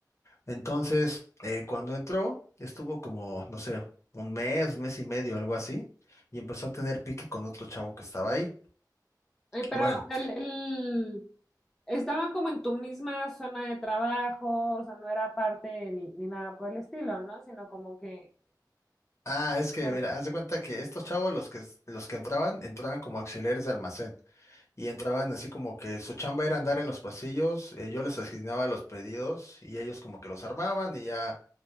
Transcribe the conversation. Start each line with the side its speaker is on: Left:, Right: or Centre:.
Left: Entonces, eh, cuando entró, estuvo como, no sé, un mes, mes y medio, algo así, y empezó a tener pique con otro chavo que estaba ahí.
Centre: Oye, pero
Left: Bueno,
Centre: el, el- estaba como en tu misma zona de trabajo, o sea, no era parte ni, ni nada por el estilo, ¿no? Sino como que...
Left: ah, es que,
Centre: Claro.
Left: mira, haz de cuenta que estos chavos, los que, los que entraban, entraban como auxiliares de almacén, y entraban así como que su chamba era andar en los pasillos, eh, yo les asignaba los pedidos, y ellos como que los armaban, y ya,